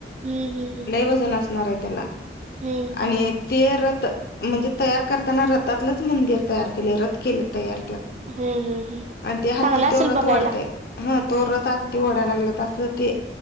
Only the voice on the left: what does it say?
वजण असणार आहे त्याला
आणि ते रथ म्हणजे तयार करताना रत रतातलंच मंदिर तयार केले रद केले तयार त्या
आणि ते हत्ती
तो रत
ओढतायत. हा तोरत आ ते ओढाला लागलं तसं ते